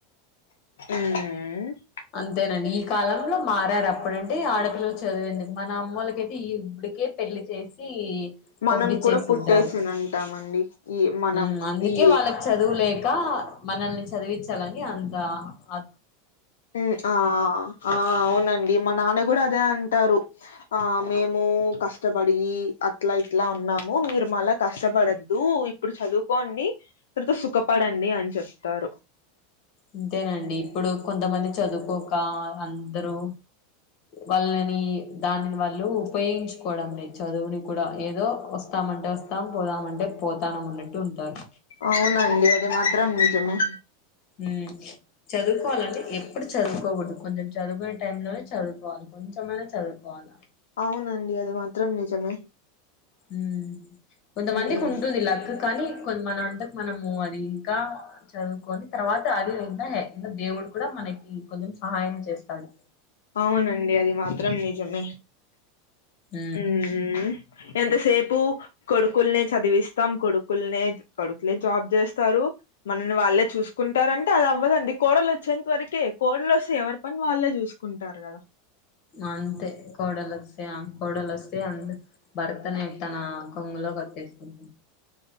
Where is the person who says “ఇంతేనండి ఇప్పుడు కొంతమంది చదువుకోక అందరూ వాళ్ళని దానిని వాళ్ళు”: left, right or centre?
Left